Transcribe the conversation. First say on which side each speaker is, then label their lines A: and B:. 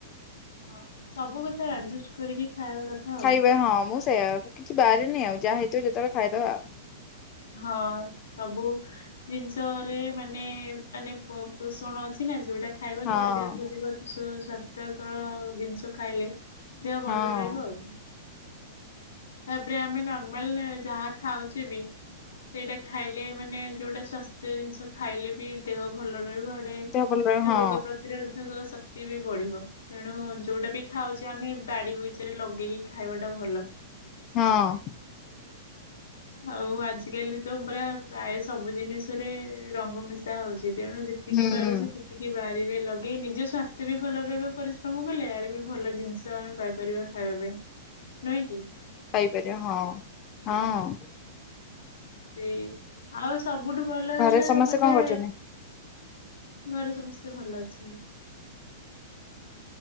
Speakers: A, on the left (about 85°); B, on the left (about 30°).
A: ହଁ ସବୁ କଥା ଆଡ଼ଜେଷ୍ଟ୍ କରିକି ଖାଇବା କଥା। ଆଉ
B: ଖାଇବେ ହଁ ମୁଁ ସେଇଆ କିଛି ବାରେନି ଆଉ ଯାହା ହେଇଥିବ ଯେତେବେଳେ ଖାଇଦବା ଆଉ‌।
A: ହଁ ସବୁ। ଜିନିଷରେ ମାନେ ମାନେ ପୋ ପୋଷଣ ଅଛି ନା ଯୋଉଟା ଖାଇବା
B: ହଁ।
A: ଯୋଉଟା ଦେହକୁ ଯିବ ସ ସ୍ଵାସ୍ଥ୍ୟକର ଜିନିଷ ଖାଇଲେ। ଦେହ
B: ହଁ
A: ଭଲ ରହିବ ଆଉ। ତାପରେ ଆମେ ନର୍ମାଲ ଯାହା ଖାଉଛେ ବି ସେଇଟା ଖାଇଲେ ମାନେ ଯୋଉଟା ସ୍ୱାସ୍ଥ୍ୟ ଜିନିଷ ଖାଇଲେ ବି ଦେହ ଭଲ ରହିବ। ତ
B: ଦେହ ଭଲ ରହ ହଁ
A: ରୋଗ ପ୍ରତିରୋଧକ ଶକ୍ତି ବି ବଢିବ ତେଣୁ ଯୋଉଟା ବି ଖାଉଛେ ଆମେ ବାଡି ବଗିଚାରେ ଲଗେଇକି ଖାଇବା ଟା ଭଲ।
B: ହଁ
A: ଆଉ ଆଜିକାଲି ତ ପୁରା ପ୍ରାୟ ସବୁ ଜିନିଷରେ ରଙ୍ଗ ମିଶା ହଉଛି ତେଣୁ ଯେତିକି
B: ହୁଁ।
A: ପାରୁଛ ସେ ସେତିକି ବାରିରେ ଲଗେଇ ନିଜ ସ୍ୱାସ୍ଥ୍ୟ ବି ଭଲ ରହିବ ପରିଶ୍ରମ କଲେ ଆଡେ ବି ଭଲ ଜିନିଷ ତ ଆମେ ପାଇପାରିବା ଖାଇବା ପାଇଁ ନୁହେଁ କି?
B: ପାଇପାରିବା ହଁ ହଁ।
A: ସେଇ ଆଉ ସବୁଠୁ ଭଲ ହେଲା
B: ଘରେ ସମସ୍ତେ
A: ମାନେ
B: କଣ କରୁଛନ୍ତି?
A: ଘରେ ସମସ୍ତେ ଭଲ ଅଛନ୍ତି।